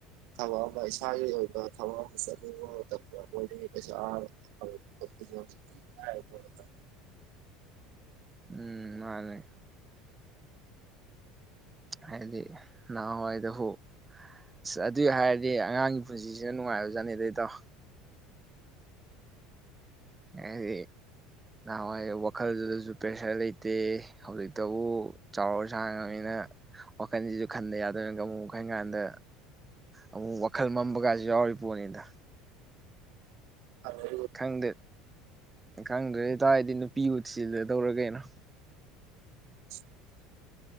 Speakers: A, on the right (about 70°); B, on the right (about 15°).
A: ꯊꯕꯛ ꯑꯃ ꯏꯁꯥꯒꯤ ꯑꯣꯏꯕ ꯊꯕꯛ ꯑꯃ ꯆꯠꯅꯤꯡꯕ ꯃꯇꯝꯗ ꯑꯣꯏꯅꯤꯡꯉ ꯀꯩꯁꯥ ꯑ ꯍꯧꯖꯤꯛꯇ
B: ꯎꯝ ꯃꯥꯅꯦ ꯍꯥꯏꯗꯤ ꯅꯍꯥꯟꯋꯥꯏꯗ ꯍꯨ ꯑꯁ ꯑꯗꯨꯏ ꯍꯥꯏꯔꯗꯤ ꯑꯉꯥꯡꯒꯤ ꯄꯨꯟꯁꯤꯁꯤꯅ ꯅꯨꯡꯉꯥꯏꯕꯖꯥꯠꯅꯤ ꯏꯇꯥꯎ ꯍꯥꯏꯗꯤ ꯅꯍꯥꯟꯋꯥꯏ ꯋꯥꯈꯜꯗꯨꯗꯁꯨ ꯄ꯭ꯔꯦꯁꯔ ꯂꯩꯇꯦ ꯍꯧꯖꯤꯛꯇꯕꯨ ꯆꯥꯎꯔ ꯁꯥꯥꯡꯉꯕꯅꯤꯅ ꯋꯥꯈꯜꯁꯤꯁꯨ ꯈꯟꯗ ꯌꯥꯗꯣꯏꯅꯤꯒ ꯑꯃꯨꯛ ꯈꯟ ꯀꯥꯟꯗ ꯑꯃꯨꯛ ꯋꯥꯈꯜ ꯃꯝꯕꯒꯁꯨ ꯌꯥꯎꯔꯤ ꯄꯣꯠꯅꯤꯗ
A: ꯑꯗꯨꯦ
B: ꯈꯪꯗꯦ ꯈꯪꯗ꯭ꯔꯦꯇꯥꯔꯗꯤ ꯅꯨꯄꯤꯕꯨꯁꯤꯗ ꯇꯧꯔ ꯀꯩꯅꯣ
A: <inaudible>